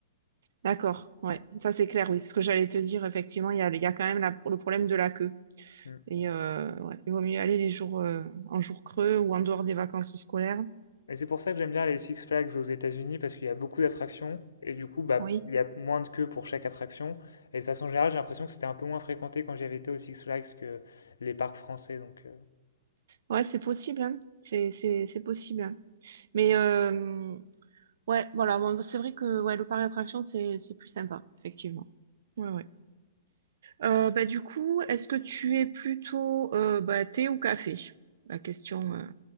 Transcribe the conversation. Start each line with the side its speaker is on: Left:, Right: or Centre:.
Right: d'accord. Ouais,
Left: Voilà.
Right: ça c'est clair. Oui, c'est ce que j'allais te dire. Effectivement, il y a, il y a quand même la- le problème de la queue.
Left: Mm.
Right: Et euh, ouais, il vaut mieux aller les jours euh, en jours creux ou en dehors des vacances scolaires.
Left: Et c'est pour ça que j'aime bien les Six Flags aux États-Unis, parce qu'il y a beaucoup d'attractions, et du coup, bah,
Right: Oui,
Left: il y a moins de queue pour chaque attraction. Et de façon générale, j'ai l'impression que c'était un peu moins fréquenté quand j'y avais été aux Six Flags que les parcs français, donc. euh,
Right: ouais, c'est possible. hein. C'est c'est c'est possible. hein. Mais euh, Ouais, voilà, bon, c'est vrai que ouais, le parc d'attractions, c'est c'est plus sympa, effectivement. Ouais, ouais. Euh, bah, du coup, est-ce que tu es plutôt euh, bah, thé ou café? La question euh,